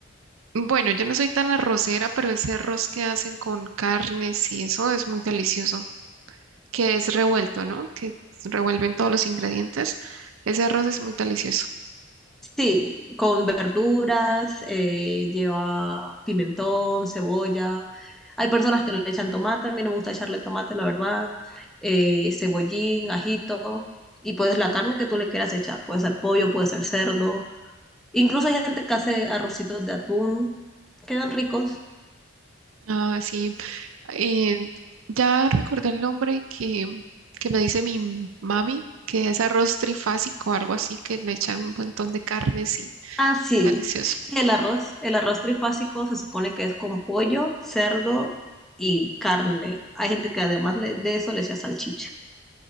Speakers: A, on the right (about 80°); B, in the centre.
A: Bueno, yo no soy tan arrocera, pero ese arroz que hacen con carnes y eso es muy delicioso, que es revuelto, ¿no? Que revuelven todos los ingredientes. Ese arroz es muy delicioso.
B: Sí, con verduras, eh, lleva pimentón, cebolla. Hay personas que le echan tomate, a mí no me gusta echarle tomate, la verdad. Eh, cebollín, ajito. Y pues la carne que tú le quieras echar. Puede ser pollo, puede ser cerdo. Incluso hay gente que hace arrocitos de atún. Quedan ricos.
A: Ah, sí. Eh, ya recordé el nombre que, que me dice mi mami, que es arroz trifásico, algo así, que le echan un montón de carnes y
B: Ah, sí.
A: delicioso.
B: Sí, el arroz. El arroz trifásico se supone que es con pollo, cerdo y carne. Hay gente que además le- de eso le echa salchicha.